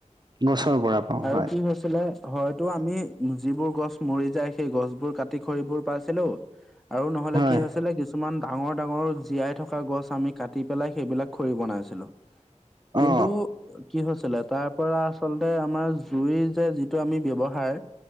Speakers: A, on the right (about 35°); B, in the centre.
A: গছৰ পৰা পাওঁ
B: আৰু
A: হয়
B: কি হৈছে চিলে হয়তো আমি যিবোৰ গছ মৰি যায় সেই গছবোৰ কাতি খৰিবোৰ পাইছিলো। আৰু নহলে
A: হয়
B: কি হৈছিলে কিছ কিছুমান ডাঙৰ - ডাঙৰ জীয়াই থকা গছ আমি কাটি পেলাই সেইবিলাক খৰি বনাইছিলো। কিন্তু
A: অ
B: কি হৈছিলে তাৰ পৰা আচলতে আমাৰ জুইৰ যে যিটো আমি ব্যৱহাৰ